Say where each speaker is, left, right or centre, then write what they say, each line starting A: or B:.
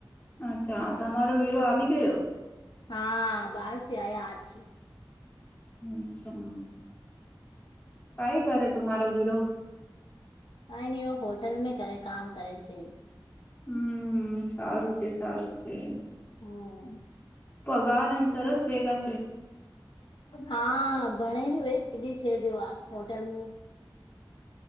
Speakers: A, on the left; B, on the left.
A: અચ્છા તમારો વિરો આવી ગયો.
B: હા બહાર સ આયા આજ છે.
A: અચ્છા. કઈ કરે તું મારો વિરો.
B: કાઇ નહિ હોટલ મે કર કામ કરે છે
A: હમ સારું છે સારું છે.
B: હમ
A: પગાર હ સરસ વેગા છે.
B: હા ભણે હોયસ કીધી છે જો આ હોટેલ ને.